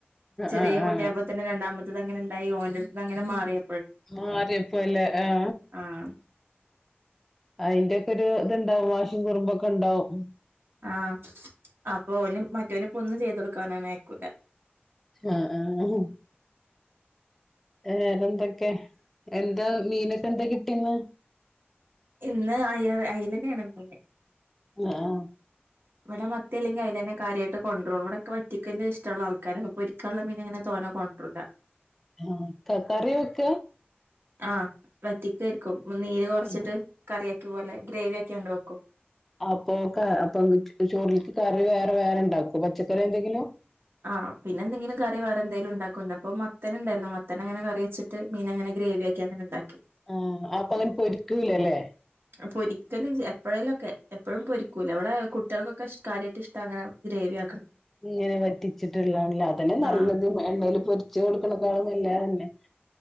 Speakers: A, on the right; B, in the centre.
A: ചെറിയ
B: ആ ആ
A: കുട്ടിയായപ്പോ
B: ആ
A: തന്നെ രണ്ടാമത്തത് അങ്ങനെ ഇണ്ടായി ഓന്റെ അടു അങ്ങനെ മാറിയ
B: മാറിയപ്പോല്ലേ ആ
A: ആഹ്
B: അയിന്റെ ഒ ഒരു ഇത്ണ്ടാവും വാശി കുറുമ്പുംക്കെ ഉണ്ടാവും
A: ആ അപ്പൊ ഒന മറ്റോനിപ്പൊ ഒന്നും ചെയ്ത കൊടുക്കാനാണ് അയക്കൂല
B: ആ ആ ഹ് വേറെന്തൊക്കെ എന്താ മീനൊക്കെ എന്താ കിട്ടീന്ന്
A: ഇന്ന് അയ അയലന ആണ് മീന്
B: ഓ ആ
A: ഇവിടെ മത്തി അല്ലെങ്കിൽ അയില തന്നെ കാര്യമായിട്ട കൊണ്ടൂ ഇവിടെക്കെ പറ്റിക്ക ഇഷ്ടുള്ളള്ള ആൾക്കാര അപ്പോ പൊരിക്കലുള്ള മീനങ്ങനെ തോന്നെ കൊണ്ടരുല്ല
B: ആ ക്ക കറി വെക്ക
A: ആ വറ്റിക്ക ആരിക്കും നീര് കൊറച്ചിട്ട്
B: ഉം.
A: കറിയാക്കി പോലെ ഗ്രേവി കാണ്ട് വെക്കും
B: അപ്പൊ ക അപ്പൊ ചോറിലക്ക് കറി വേറെ വേറെണ്ടാക്കും പച്ചക്കറി എന്തെങ്കിലോ
A: ആ പിന്നെന്തങ്കിലും കറി വേറെ എന്തങ്കിലും ഉണ്ടാക്കുണ്ട് അപ്പൊ മത്തന ഉണ്ടായിരുന്നു മന അങ്ങനെ കറി വെച്ചിട്ട് മീൻ അങ്ങനെ ഗ്രവിയ ഒക്കെങ്ങനെന്താ
B: ആ അപ്പ അങ്ങനെ പൊരിക്കൂലല്ലേ
A: പൊരിക്കലും എപ്പോഴേലുംൊക്കെ എപ്പോഴും പൊരിക്കൂല അവിടെ കു കുട്ടികക്കൊക്കെ ഷ്ട്ട കാര്യട്ട് ഇഷ്ടണ ഗ്രേവിയ
B: ഇങ്ങനെ വറ്റിച്ചിട്ടുള്ളാണല്ലോ അതെ നല്ലത്ും
A: ആഹ്
B: എണ്ണയിൽ പൊരിച്ച്ു കൊളക്കണക്കാവുന്നല്ലതന്നെ